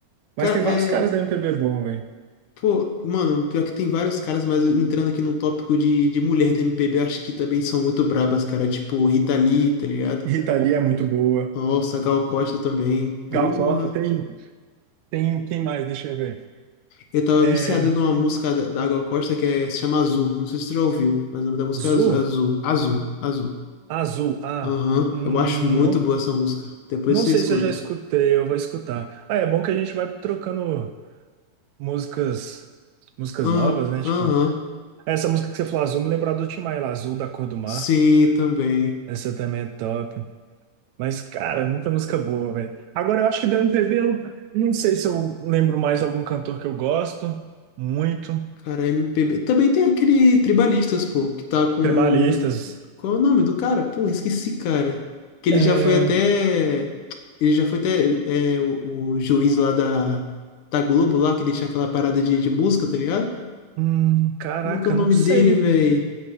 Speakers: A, on the left; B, on the right.
A: Cara,
B: Mas tem vários
A: é.
B: caras da MPB bom, velho.
A: Pô, mano, pior que tem vários caras, mas entrando aqui no tópico de, de mulher do MPB, eu acho que também são muito brabas, cara. Tipo, Rita Lee, tá ligado?
B: Rita Lee é muito boa.
A: Nossa, Gal Costa também.
B: Gal
A: Porra.
B: Costa tem. Tem quem mais? Deixa eu ver.
A: Eu tava
B: É...
A: viciado numa música da da Gal Costa que é, se chama Azul. Não sei se tu já ouviu, mas o nome da música
B: Zu?
A: é Azu- Azul. Azul. Azul.
B: Azul. Ah,
A: Aham.
B: hum,
A: Eu acho muito
B: não.
A: boa essa música. Depois
B: Não
A: você
B: sei
A: escuta.
B: se eu já escutei, eu vou escutar. Ah, é bom que a gente vai trocando músicas, músicas
A: Ah,
B: novas, né?
A: Aham.
B: Tipo, essa música que você falou, Azul, me lembrou do Tim Maia, Azul da Cor do Mar.
A: Sim, também.
B: Essa também é top. Mas, cara, muita música boa, velho. Agora, eu acho que da MPB, eu não sei se eu lembro mais algum cantor que eu gosto muito.
A: Cara, MPB. Também tem aquele Tribalistas, pô, que tá com.
B: Tribalistas.
A: Qual é o nome do cara? Pô, esqueci, cara. Que ele
B: É...
A: já foi até. Ele já foi até é, o, o juiz lá da, da Globo, lá, que deixa aquela parada de, de música, tá ligado?
B: Hum, caraca,
A: Como é que é o nome
B: não sei.
A: dele, velho?